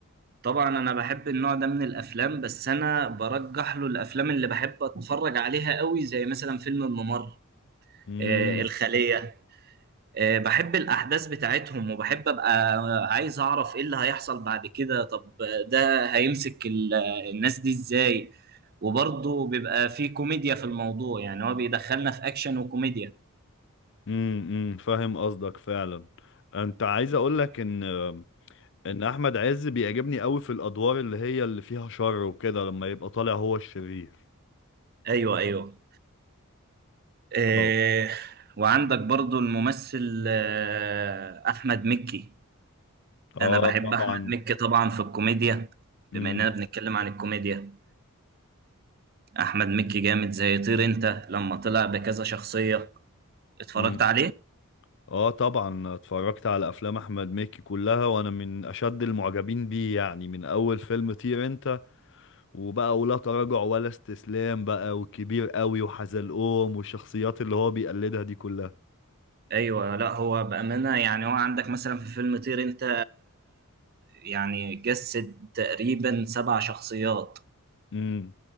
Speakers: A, on the right; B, on the left.
A: طبعا انا بحب النوع ده من الافلام بس انا برجح له الافلام اللي بحب اتفرج عليها قوي زي مثلا فيلم الممر
B: مم.
A: آه، الخلية آه، بحب الأحداث بتاعتهم وبحب أبقى عايز أعرف إيه اللي هيحصل بعد كده طب ده هيمسك ال- الناس دي إزاي وبرضه بيبقى فيه كوميديا في الموضوع يعني هو بيدخلنا في أكشن وكوميديا
B: امم امم. فاهم قصدك فعلا انت عايز اقول لك ان ان احمد عز بيعجبني قوي في الادوار اللي هي اللي فيها شر وكده لما يبقى طالع هو الشرير
A: أيوه أيوه آه،
B: اه
A: وعندك برضه الممثل آه، أحمد مكي
B: اه
A: أنا بحب
B: طبعا
A: أحمد مكي طبعا في الكوميديا
B: امم
A: بما إننا بنتكلم عن الكوميديا أحمد مكي جامد زي طير أنت لما طلع بكذا شخصية اتفرجت
B: امم
A: عليه
B: اه طبعا اتفرجت على افلام احمد مكي كلها وانا من اشد المعجبين بيه يعني من اول فيلم طير انت وبقى ولا تراجع ولا استسلام بقى وكبير قوي وحزلقوم والشخصيات اللي هو بيقلدها دي كلها
A: ايوه لا هو بامانه يعني هو عندك مثلا في فيلم طير انت يعني جسد تقريبا سبع شخصيات
B: امم